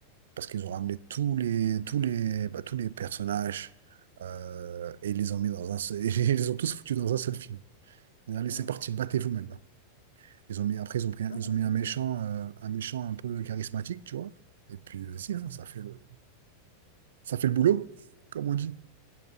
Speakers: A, on the right; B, on the left.
A: Parce qu'ils ont ramené tous les, tous les, bah, tous les personnages euh, et ils les ont mis dans un seul, <laughs> et ils les ont tous foutus dans un seul film. Et allez,
B: ouais.
A: c'est parti, battez-vous maintenant. Ils ont mis, après, ils ont pris un-
B: Non,
A: ils ont
B: c'est,
A: mis un méchant,
B: ouais.
A: euh, un méchant un peu charismatique, tu vois. Et puis, vas-y, hein, ça fait le, ça fait le boulot, comme on dit.